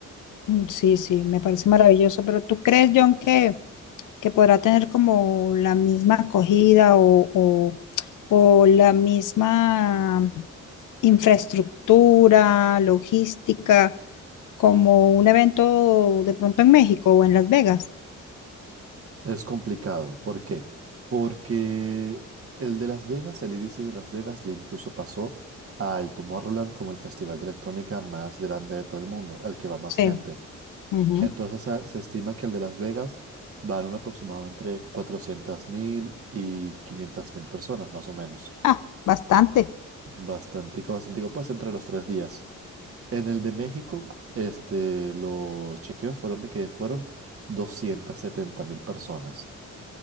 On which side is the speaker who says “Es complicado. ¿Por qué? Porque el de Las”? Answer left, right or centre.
Right